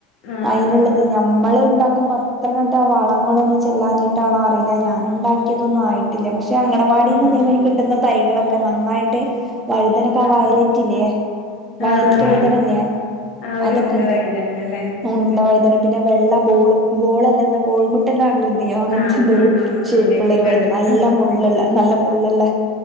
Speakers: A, on the left (about 50°); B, on the right (about 15°).
A: ആഹ്
B: അയിനുള്ളത്
A: ആഹ്
B: ഞമ്മള് ഉണ്ടാ പം അത്രങ്ങട്ട് വളങ്ങളൊന്നും ചെല്ലാഞ്ഞിട്ടാണോ അറിയില്ല ഞാന് ഉണ്ടാക്ക എനിക്കിതൊന്നും ആയിട്ടില്ല പക്ഷെ അങ്കണവാടിന്ന്
A: ആഹ്
B: ഇതേമാരി കിട്ടുന്ന തൈകളൊക്കെ നന്നായി <unintelligible> വഴുതനക്ക ആ
A: ആഹ്
B: വയലറ്റ് ഇല്ലേ വയലറ്റ്
A: ആഹ് ആഹ് ആഹ്
B: വൈതനല്ലേ
A: ആഹ് ഒരു
B: അതൊക്കെ
A: ഉണ്ട
B: ഇണ്ട്
A: വഴുതനങ്ങ ല്ലേ
B: ഉണ്ട വൈതന പിന്നെ വെള്ള ബോൾ ബോൾ അല്ല കോഴിമുട്ടെന്റെ ആകൃതി അങ്ങനത്തെ
A: ആഹ്
B: എന്തോ ഒരു
A: ആഹ് ആഹ്
B: ഷേപ്പ്
A: അങ്ങനത്തിം
B: ഉള്ള ഒരു വൈ
A: കണ്ട്ക്ക്ണ്
B: നല്ല മുള്ള്ള്ള നല്ല മുള്ള്ള്ള